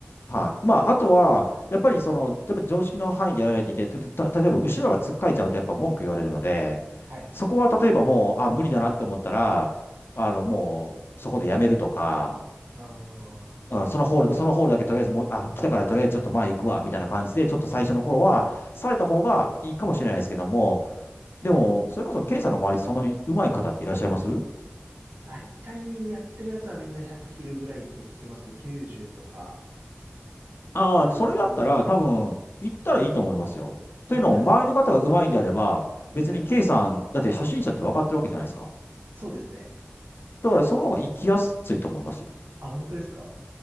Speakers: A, on the left; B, on the right.
A: はい。まあ、あとは、やっぱりその、やっぱ常識の範囲でやらないといけない。た、例えば後ろがつっかえちゃうとやっぱ文句言われるので、
B: はい。
A: そこは例えばもう、あ、無理だなって思ったら、あの、もう、そこでやめるとか、
B: ああ、
A: うん、そのホールそのホールだけとりあえずもう、あ、来たからとりあえずちょっと前行くわ、みたいな感じで、ちょっと最初の頃は、された方がいいかもしれないですけども、でも、それこそ、ケイさんの周りでそんなに上手い方っていらっしゃいます
B: 大体やってるやつはみんな100切るぐらいって聞きますね。90とか。
A: ああー、
B: なんかそんなの。
A: それだったら多分、行ったらいいと思いますよ。というのも、
B: あ、本当ですか
A: 周りの方が上手いんであれば、別にケイさん、
B: はい。
A: だって初心者って分かってるわけじゃないですか。
B: そうですね。
A: だから、その方が行きやすいと思いますよ。
B: あ、本当ですか